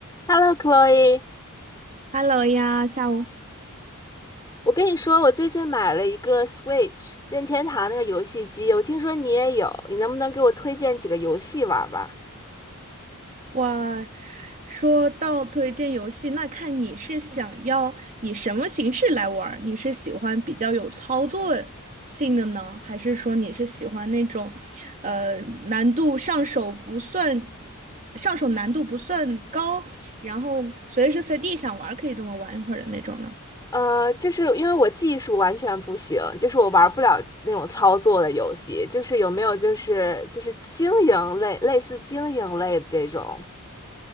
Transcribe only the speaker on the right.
Hello 呀，下午
哇，说到推荐游戏，那看你是想要以什么形式来玩儿？你是喜欢比较有操作性的呢，还是说你是喜欢那种，呃，难度上手不算，上手难度不算高，然后随时随地想玩儿可以这么玩一会儿的那种呢？